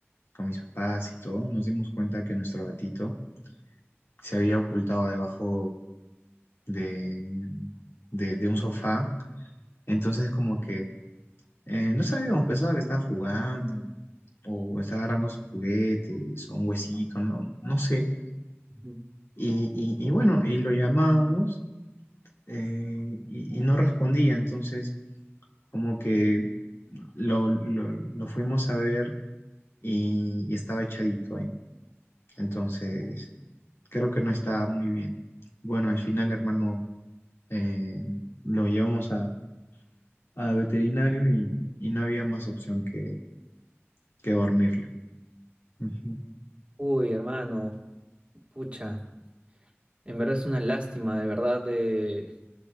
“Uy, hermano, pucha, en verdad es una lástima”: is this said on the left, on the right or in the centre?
Right